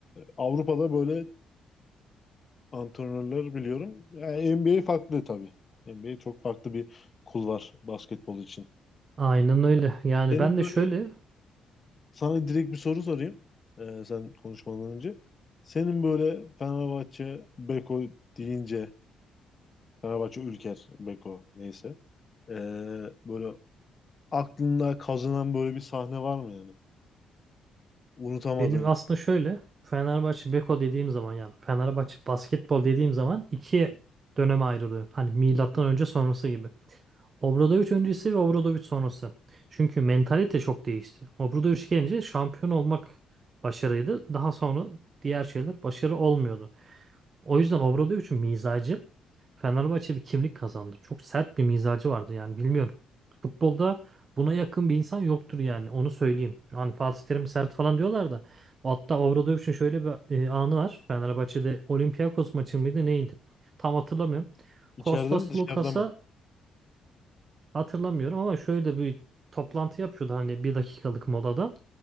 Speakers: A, on the left; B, on the right.
A: Avrupa'da böyle antrenörler biliyorum. Yani NBA farklı tabii. NBA çok farklı bir kulvar basketbol için.
B: Aynen öyle. Yani
A: Senin
B: ben
A: böyle
B: de şöyle
A: sana direkt bir soru sorayım. Ee, sen konuşmadan önce. Senin böyle Fenerbahçe Beko deyince Fenerbahçe Ülker Beko neyse. Ee, böyle aklında kazınan böyle bir sahne var mı yani? Unutamadığın.
B: Benim aslında şöyle Fenerbahçe Beko dediğim zaman yani Fenerbahçe basketbol dediğim zaman iki döneme ayrılıyor. Hani milattan önce sonrası gibi. Obradoviç öncesi ve Obradoviç sonrası. Çünkü mentalite çok değişti. Obradoviç gelince şampiyon olmak başarıydı. Daha sonra diğer şeyler başarı olmuyordu. O yüzden Obradoviç'in mizacı Fenerbahçe bir kimlik kazandı. Çok sert bir mizacı vardı yani bilmiyorum. Futbolda buna yakın bir insan yoktur yani onu söyleyeyim. Hani Fatih Terim sert falan diyorlar da. Hatta Obradoviç'in şöyle bir e, anı var. Fenerbahçe'de Olympiakos maçı mıydı neydi? Tam hatırlamıyorum.
A: İçeride
B: Kostas
A: mi dışarıda
B: Lukas'a
A: mı?
B: hatırlamıyorum ama şöyle bir toplantı yapıyordu hani bir dakikalık molada.